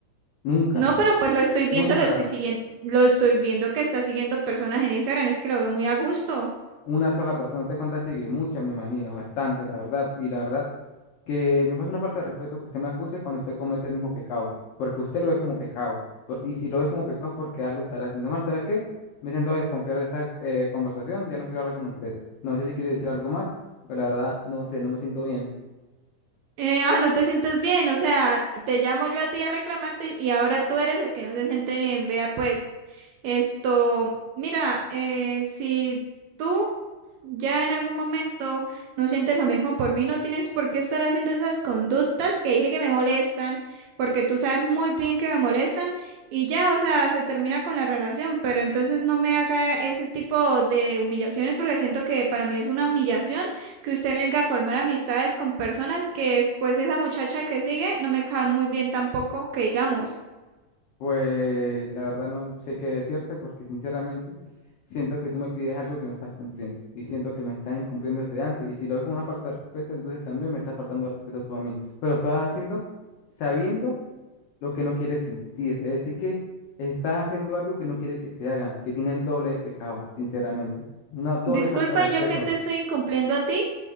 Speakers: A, on the left; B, on the right.
A: Nunca,
B: No, pero pues lo estoy viendo,
A: nunca,
B: lo estoy siguiendo, lo estoy viendo que está siguiendo personas en Instagram, es que lo veo muy a gusto.
A: una sola persona. ¿Usted cuántas sigue? Muchas, me imagino, bastante, la verdad. Y la verdad, que me parece una falta de respeto que usted me acuse cuando usted comete el mismo pecado, porque usted lo ve como pecado, por- y si lo ve como pecado es porque algo estará haciendo mal, ¿sabes qué? Me siento a desconfiar de esta eh, conversación, ya no quiero hablar con usted. No sé si quiere decir algo más, pero la verdad no sé, no me siento bien.
B: Eh, ah, no te sientes bien, o sea, te llamo yo a ti a reclamarte y ahora tú eres el que no se siente bien. Vea pues, esto, mira, eh, si tú ya en algún momento no sientes lo mismo por mí, no tienes por qué estar haciendo esas conductas que dije que me molestan, porque tú sabes muy bien que me molestan y ya, o sea, se termina con la relación, pero entonces no me haga ese tipo de humillaciones porque siento que para mí es una humillación que usted venga a formar amistades con personas que pues esa muchacha que sigue no me cae muy bien tampoco, que digamos.
A: Pues la verdad no sé qué decirte porque sinceramente siento que tú me pides algo que no estás cumpliendo y siento que me estás incumpliendo desde antes y si lo ves como una falta de respeto, entonces también me estás faltando de respeto tú a mí, pero lo estás haciendo sabiendo lo que no quieres sentir. Es decir, que estás haciendo algo que no quieres que te hagan, que tiene el doble de pecado, sinceramente. Una doble
B: Disculpa,
A: falta de respeto.
B: yo que te estoy incumpliendo a ti.